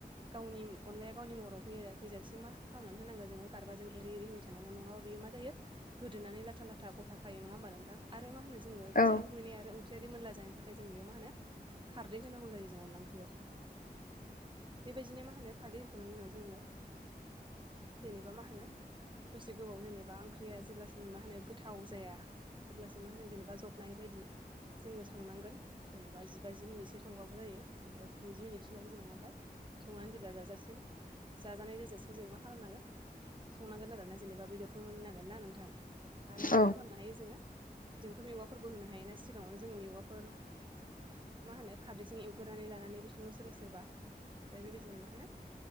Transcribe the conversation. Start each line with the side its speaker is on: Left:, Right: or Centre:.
Right: गावनि अनलाया गावनि महराव फै फैजासे मा खालामना होनांगोन जोंङो गारबा जों एरै एरैहोबबाय थानांगोन नंङाबा बेयो मा जायो गोदोनानै लाथा लाथ गथाखायो नंङा होनबा नोंथां आरो माहोनो जोंङो
Left: औ
Right: माइरं रुयनाय आरो ओंख्रिया रिमोनला जानाय ओमफ्राय जों बेयाव मा होनो खारदै होनांगौ जायो जों अनला ओंख्रियाव बेबायदिनो मा होनो खारदै होखांनायनि उनाव जोंङो जेनेबा मा होनो दसे गोबाव जेनेबा ओंख्रिया जेब्लासिम मा होनो गोथाव जाया अब्लासिम मा होनो जेनेबा जबनाय बायदि जोंङो संनांगोन जेनेबा जिबा जि मिनिटसो संबाबो जायो जेनेबा नैजि मिनिटसोबाबो जेबो नंङा ओमफ्राय संनानै जेब्ला जाजासिम जाजानाय जाजासिम जों मा खालामनांगोन संनांगोन आरोना जेनेबा बेदरखौ मोननांगोन ना नोंथां आरो
Left: औ
Right: मा खालामनो हायो जोंङो जोंथ' मेवाफोरबो होनो हायो ना सिगांङावनो जोंङो मेवाफोर
Left: <unintelligible>
Right: मा होनो खारदैजों एवगोरनानै लानानैबो संङो सोरबा सोरबा बेबायदिनो मा होनो